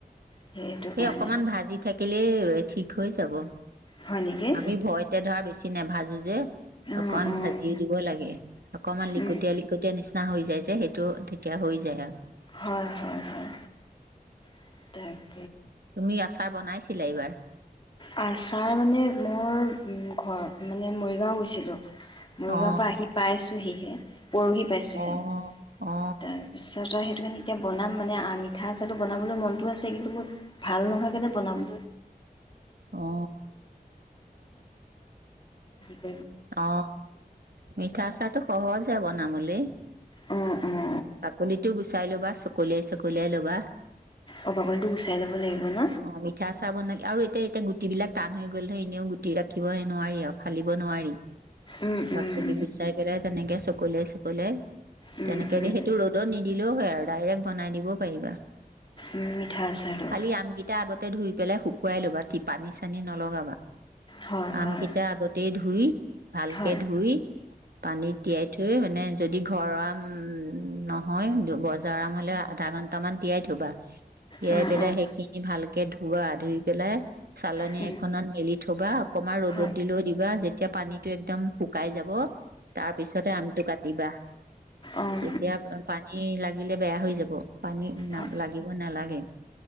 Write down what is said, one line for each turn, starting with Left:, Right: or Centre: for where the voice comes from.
Left: সেইটো
Right: সেই
Left: কাৰণে
Right: অকমান ভাজি থাকি কেলেই হলে ঠিক হৈ যাব।
Left: হয় নেকি
Right: আমি ভয়তে ধাৰা বেছি কি না ভাঁজ যে,
Left: অ',
Right: অকমান
Left: অ',
Right: ভাজি দিব লাগে অকমান লিকটিয়া
Left: উম,
Right: লিকটিয়া নিচিনা হৈ যায় যে সেইটো তেতিয়া হৈ যায় আৰু
Left: হয়, হয়, হয়। <unintelligible>
Right: তুমি আচাৰ বনাইছিলা এইবাৰ
Left: আচাৰ মানে মোৰ ঘৰ মানে মৰিগাঁও গৈছিলোঁ মৰিগাঁও
Right: অ
Left: পৰা পাইছো হি <unintelligible> পৰহী পাইছো
Right: অ
Left: হী
Right: অ
Left: তাৰপিছত আও সেইটো কাৰণে এতিয়া বনাম মানে আ মিঠা আচাৰটো বনাবলৈ মনটো আছে, কিন্তু মোৰ ভাল নহয় কাৰণে বনাব
Right: অ
Left: <unintelligible> <unintelligible>
Right: অ মিঠা চাহ টো সহজে বনাবলে
Left: অঁ অঁ
Right: বাকলিটো গুচাই লুবা চ কলিয়াই চকলিয়াই ল'বা।
Left: অঁ বাকলিটো গুচাই ল'ব লাগিব ন
Right: অ' মিঠা চাহ বনাবি গুটিবিলাক টান হৈ গ'লে এনেও গুটি ৰাখিবই নোৱাৰিয়েই আও, ফালিব নোৱাৰি।
Left: উম, উম,
Right: বাকলি গুচাই পেলাই তেনেকে সুকুলিয়াই সুকুলীয়াই
Left: উম,
Right: তেনেকে
Left: উম,
Right: দি সেইটো ৰদত নিদিলে হয় আৰু ডাইৰেক বনাই দিবও পাইবা।
Left: উম,
Right: <inaudible>
Left: মিঠা আচাৰটো
Right: আলি আমগিতা ধোই পেলে শুকুৱাই ল'বা তি পানী-চানী নলগাবা। <inaudible>
Left: হয়
Right: আমকিতা
Left: হয়
Right: আগতেই ধু গুই। ভালকে
Left: হয়
Right: ধোই, পানীত তিয়াই থৈ মানে যদি ঘৰ আম-ম-ম নহয়। বজাৰ আমলে আধাঘ টামান তিয়াই থ'বা <inaudible> তিয়াই
Left: অঁ
Right: পেলাই
Left: অঁ
Right: সেইখিনি ভাল কে ধোৱা ধুই পেলাই <inaudible> চালনী
Left: হয়
Right: এখনত মেলি থ'বা অকমা ৰ'দত
Left: হয়
Right: দিলেও দিবা যে তিয়া পানীত। টো একদম শুকাই যাব। তাপিছতে আম। টো কাটিবা, <inaudible>
Left: অঁ
Right: এতিয়াপ এ পানীই লাগিলে বেয়া হৈ যাব, পানী না
Left: হয়
Right: লাগিব নেলাগে।